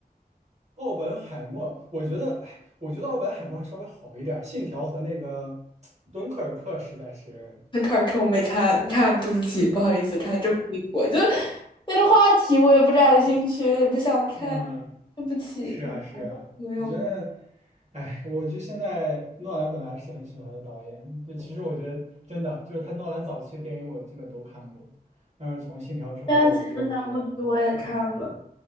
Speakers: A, on the right; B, on the left.
A: 奥本海默，我觉得，哎，我觉得奥本海默稍微好一点儿，《信条》和那个《敦刻尔克》实在是，
B: <laughs> 那开儿趁我没看，看，对不起，不好意思，看的这么离谱，就那个话题我也不感兴趣，也不想看，
A: 嗯，
B: 对不起，
A: 是啊，是啊，
B: 朋友们。
A: 我觉得，哎，我就现在诺兰本来是很喜欢的导演，就其实我觉得真的就是他诺兰早期的电影我基本都看过，但是从《信条》之后我就有点不想看了。
B: 前两期分三部曲我也看了，